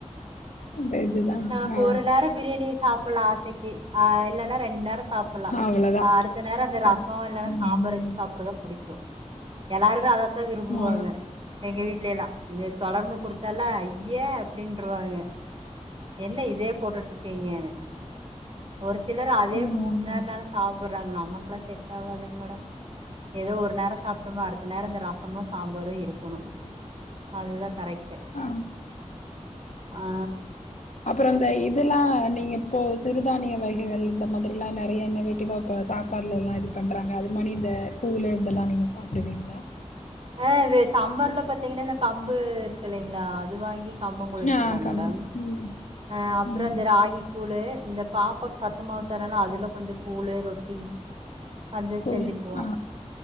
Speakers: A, on the left (about 75°); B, on the right (about 45°).
A: வெஜ் தான்.
B: நமக்கு
A: ஆ
B: ஒரு நேரோ பிரியாணிய சாப்பிடலா கே ஆ இல்லனா ரெண்டு நே சாப்புலாம்,
A: அவ்வளோதான்.
B: அடுத்த நேரோ அந்த
A: சப்
B: ரசோ இல்லன்னா
A: ம்.
B: சாம்பார் வச்சு சாப்படுறதா புடிக்குகே எல்லாருமே அதைத்தான் விரும்புவாங்க.
A: ஆ.
B: எங்க வீட்ல எல்லாம் நீ தொடர்ந்து கொடுத்தலே ஐயே அப்படின்ருவாங்க என்ன இதே போட்டுட்டு இருக்கீங்கன்னு ஒரு சிலர் அதே
A: ம்.
B: மூணு நேரோ நாளு சாப்டுறாங்க. நமக்குல்லா செட் ஆகாதுங்க மேடம். ஏதோ ஒரு நேரோ சாப்ட்டமா அடுத்த நேரோ இந்த ரசமும் சாம்பாரும் இருக்கணு அதுதா கரெக்ட்
A: ஆ.
B: ஆ
A: அப்றோ இந்த இதெல்லா நீங்க இப்போ சிறுதானிய வகைகள் இந்த மாதிரி எல்லா நெறைய இன்னோவேட்டிவா இப்போ சாப்பாலெல்லா இது பண்றாங்க அது மாரி இந்த கூழ் இதெல்லா நீங்க சாப்டுவீங்ளா
B: ஆ இது சம்மர்ல பாத்தீங்கன்னா இந்த கம்பு இருக்கு இல்லைங்ளா அது வாங்கி கம்பங்கூழ் வெச்சுக்கலாம்
A: ஆ. கம்
B: மேடம்
A: ம்.
B: அ அப்றோ
A: ம்.
B: இந்த ராகி கூழு இந்த பாப்பாக்கு சத்தமாவுதரால்ல அதுல கொஞ்சோ கூழு ரொ ட்டி வந்து
A: கோழி
B: செஞ்சுக்குவோ
A: ஆ